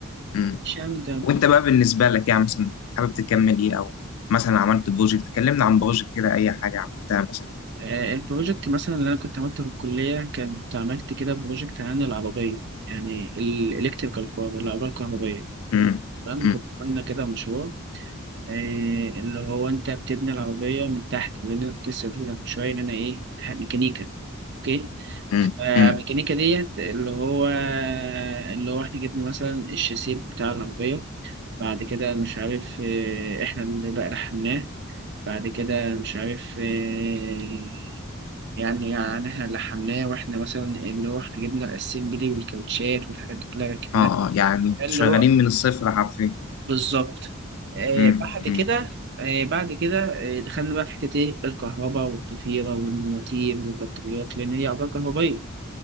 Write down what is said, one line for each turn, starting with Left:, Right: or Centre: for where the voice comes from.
Left: مم.
Right: مش يعني ده
Left: وانت بقى بالنسبة لك يعني مثلا حابب تكمل ايه أو مثلا عملت بروجكت كلمنا عن بروجكت كده أي حاجة عملتها مثلا
Right: آه، البروجكت مثلا اللي أنا كنت عملته في الكلية كنت عملت كده بروجكت عن العربية يعني الإلكتريكال كار العربية الكهربائية
Left: مم.
Right: تمام
Left: مم.
Right: كنت عملنا كده مشروع إيه اللي هو انت بتبني العربية من تحت لان انا كنت لسه قايل لك من شوية ان انا ايه ميكانيكا اوكي
Left: مم.
Right: فالميكانيكا
Left: مم.
Right: ديت اللي هو اللي هو احنا جبنا مثلا الشاسيه بتاع العربية بعد كده مش عارف إيه، احنا اللي بقى لحمناه بعد كده مش عارف إيه، يعني يعني احنا لحمناه واحنا مثلا اللي هو احنا جبنا الاسمبلي والكاوتشات والحاجات دي كلها ركبناها
Left: اه اه يعني انتوا
Right: اللي
Left: شغالين
Right: هو
Left: من الصفر حرفيا
Right: بالظبط آه
Left: امم
Right: بعد كده
Left: امم
Right: آه بعد كده آه دخلنا بقى في حتة إيه الكهرباء والضفيرة والمواتير والبطاريات لأن هي أعضاء كهربائية